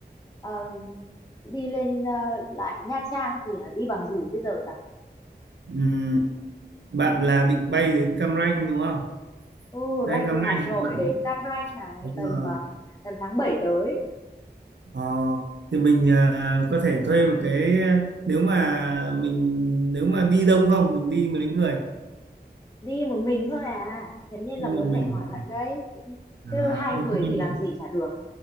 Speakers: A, on the left (about 20°); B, on the right (about 80°).
A: ờm, đi lên ờ, lại Nha Trang thì ờ, đi bằng gì bây giờ nhỉ?
B: Ừm, bạn là định bay đến Cam Ranh đúng không
A: Ừ,
B: bay
A: bay
B: đến Cam
A: từ
B: Ranh
A: Hà Nội
B: thì bạn
A: đến Cam Ranh này
B: đúng
A: tầm
B: rồi
A: à, tầm tháng 7 tới
B: ờ, thì mình à, có thể thuê một cái nếu mà mình nếu mà đi đông không mình đi mấy người
A: đi một mình thôi à thế nên
B: nhưng
A: là mới
B: mà
A: phải
B: mình
A: hỏi bạn đây chứ,
B: à,
A: chứ hai
B: một
A: người
B: mình
A: thì làm gì chả được